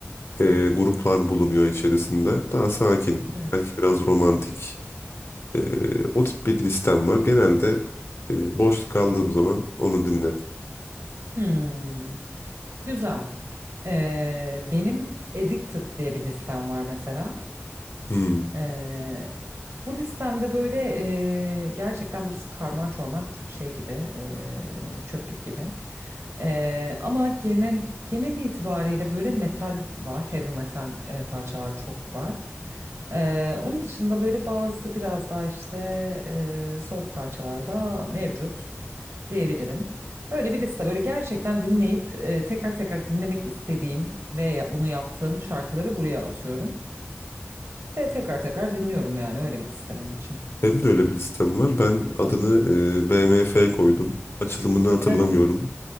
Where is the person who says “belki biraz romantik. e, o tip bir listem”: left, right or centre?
Left